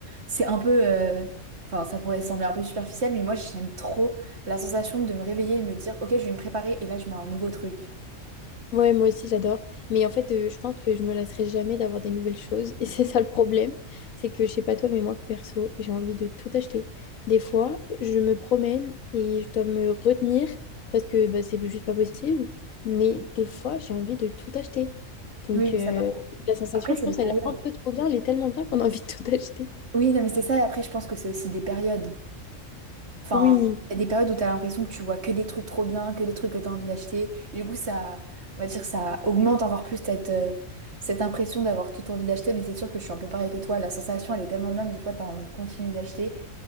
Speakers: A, on the right; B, on the left.
A: C'est un peu... euh, Enfin, ça pourrait sembler un peu superficiel, mais moi j'aime trop la sensation de me réveiller et de me dire, ok, je vais me préparer et là je mets un nouveau truc.
B: Ouais, moi aussi j'adore. Mais en fait, euh, je pense que je me lasserai jamais d'avoir des nouvelles choses. Et <laughs> c'est ça le problème. C'est que je sais pas toi, mais moi perso, j'ai envie de tout acheter. Des fois, je me promène et je dois me retenir parce que bah, c'est juste pas possible. Mais des fois, j'ai envie de tout acheter. Donc
A: Oui, mais
B: euh,
A: ça m'arrive.
B: la sensation,
A: Après, c'est
B: je pense,
A: des périodes.
B: elle est un peu trop bien. Elle est tellement bien qu'on a envie de tout acheter.
A: Oui, non, mais c'est ça. et Après, je pense que c'est aussi des périodes. Enfin,
B: Oui.
A: il y a des périodes où tu as l'impression que tu vois que des trucs trop bien, que des trucs que tu as envie d'acheter. Et Du coup, ça, on va dire, ça augmente encore plus cette, euh, cette impression d'avoir tout envie d'acheter. Mais c'est sûr que je suis un peu pareil que toi. La sensation, elle est tellement bien que des fois, tu as envie de continuer d'acheter.